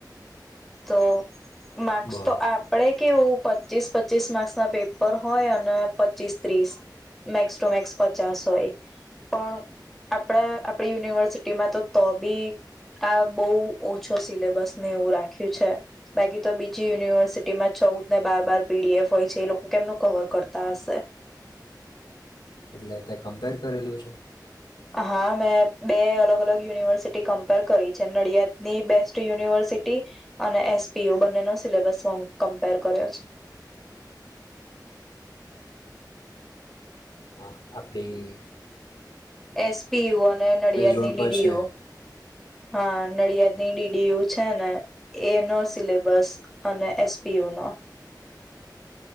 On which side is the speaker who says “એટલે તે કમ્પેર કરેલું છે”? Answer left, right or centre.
Left